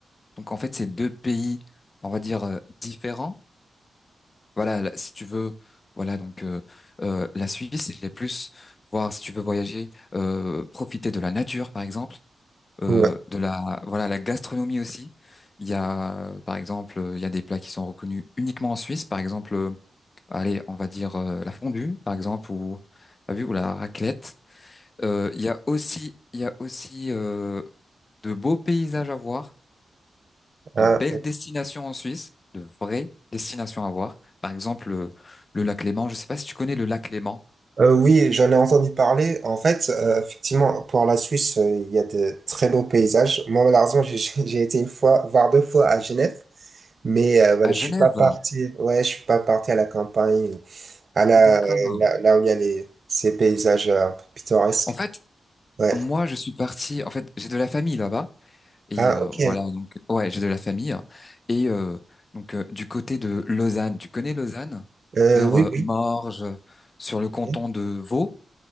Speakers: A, on the left; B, on the right.
A: Donc en fait, c'est deux pays, on va dire, euh, différents. Voilà, là, si tu veux, voilà, donc euh, euh, la Suisse, c'est plus voir si tu veux voyager, euh, profiter de la nature, par exemple, euh,
B: Ouais.
A: de la voilà, la gastronomie aussi. Il y a, euh, par exemple, euh, il y a des plats qui sont reconnus uniquement en Suisse, par exemple, euh, allez, on va dire euh, la fondue, par exemple, ou, t'as vu, ou la raclette. Euh, Il y a aussi, il y a aussi euh, de beaux paysages à voir,
B: Ah,
A: de belles destinations en Suisse, de vraies destinations à voir. Par exemple, le, le lac Léman. Je ne sais pas si tu connais le lac Léman
B: euh, oui, j'en ai entendu parler. En fait, euh, effectivement, pour la Suisse, euh, il y a de très beaux paysages. Moi, malheureusement, j'ai <laughs> j'ai été une fois, voire deux fois à Genève. Mais euh, voilà,
A: à
B: je
A: Genève.
B: suis pas parti, ouais, je suis pas parti à la campagne, à la,
A: Ah d'accord.
B: euh, là, là où il y a les, ces paysages euh, pittoresques.
A: En fait,
B: Ouais.
A: moi, je suis parti. En fait, j'ai de la famille là-bas et
B: Ah,
A: euh,
B: ok.
A: voilà. Donc, ouais, j'ai de la famille et euh, donc euh, du côté de Lausanne. Tu connais Lausanne?
B: Euh,
A: Vers
B: oui,
A: euh,
B: oui,
A: Morges, sur le canton
B: oui,
A: de Vaud.